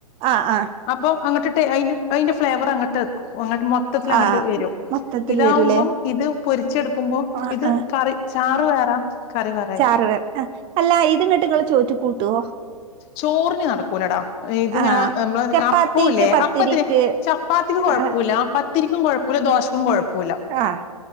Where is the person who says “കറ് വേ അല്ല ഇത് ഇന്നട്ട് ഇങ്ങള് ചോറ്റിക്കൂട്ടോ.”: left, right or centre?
Right